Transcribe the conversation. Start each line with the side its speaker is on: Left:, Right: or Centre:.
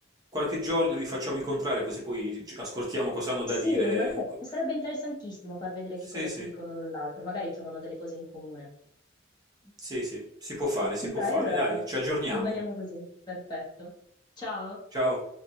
Right: qualche giorno li facciamo incontrare così poi ci- ascoltiamo cosa hanno
Left: Sì,
Right: da dire.
Left: magari
Right: Co-
Left: sarebbe interessantissimo far vedere
Right: Sì,
Left: che cosa si
Right: sì,
Left: dicono l'un l'altro, magari trovano delle cose in comune.
Right: sì, sì, si può fare, si
Left: Dai,
Right: può fare.
Left: allora
Right: Dai, ci aggiorniamo.
Left: rimaniamo così. Perfetto. Ciao.
Right: Ciao.